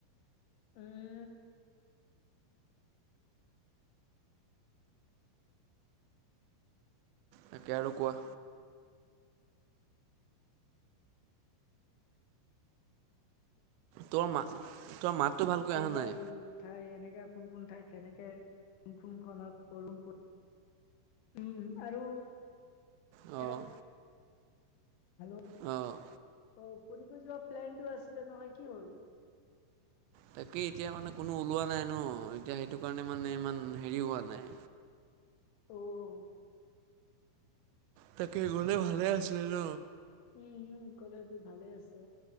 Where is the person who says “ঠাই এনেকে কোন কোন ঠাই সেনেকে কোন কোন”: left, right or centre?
Left